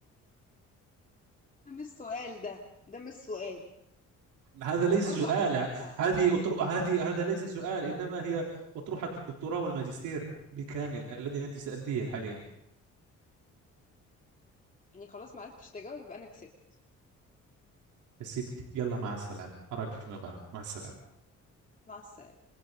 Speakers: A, on the left (about 25°); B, on the right (about 80°).
A: ده مش سؤال ده ده مش سؤال
B: هذا
A: دول
B: ليس
A: أربع
B: سؤال
A: أسئلة في بعض
B: هذه أطر... هذه هذا ليس سؤال إنما هي أطروحة الدكتوراه والماجستير بالكامل الذي أنت سألتيه حاليا
A: يعني خلاص ما عرفتش تجاوب يبقى أنا كسبت
B: كسبت يلا مع السلامة أراك فيما بعد مع السلامة
A: مع السلامة